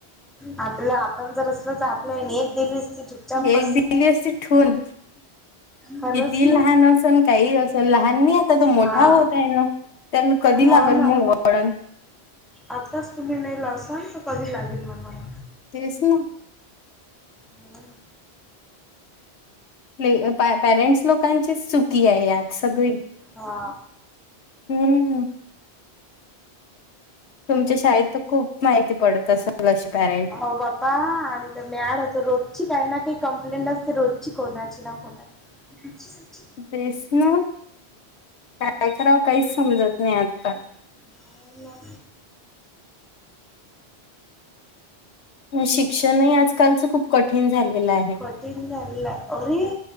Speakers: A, in the centre; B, on the left.
A: आपलं आपण जर असल तर, आपल्या एक दिली असती चुपचाप बस
B: एक दिली असती ठेवून.
A: खरंच
B: किती
A: ना
B: लहान असन काही असन लहान नाही आता तो, मोठा
A: हा
B: होत आहे ना. त्यांना कधी लागल
A: हो ना
B: मग वळण?
A: आताच तुम्ही नाही लावसाल तर, कधी लागेल म हा.
B: तेच ना.
A: हो ना,
B: आपले पॅरेंट्स लोकांचीच चुकी आहे यात सगळी.
A: हा
B: हम्म त तुमच्या शाळेत तर खूप माहिती पडत असं लशी पॅ
A: हो बापा आम्ही तर म्याड होतो रोजची काही ना काही कंमप्लेंट अस रोजची कोणाची ना कोणाची
B: बसन कायकराव काहीच समजत नाही आजकाल
A: ह ना
B: शिक्षणही आजकालचं खूप कठीण झालेलं आहे
A: प्रोटीन रे